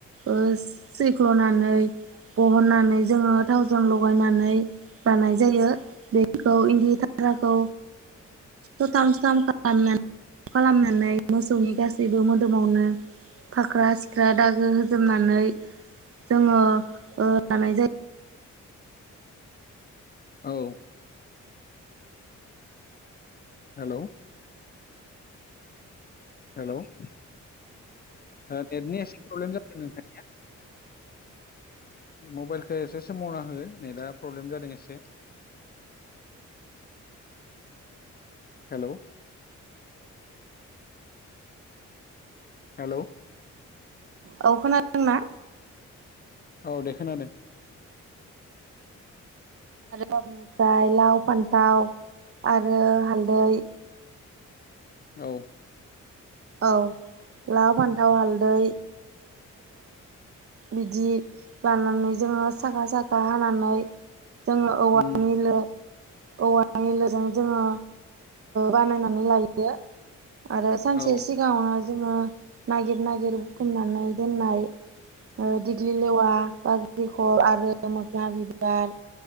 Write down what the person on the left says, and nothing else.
औ। हेल'। हेल' नेटनि एसे प्रब्लेम जादों नोंथां। मबाइलखो एसे सोमावना हो नेटआ प्रब्लेम जादों एसे। हेल' हेल'
औ दे खोनादों
औ
उम
औ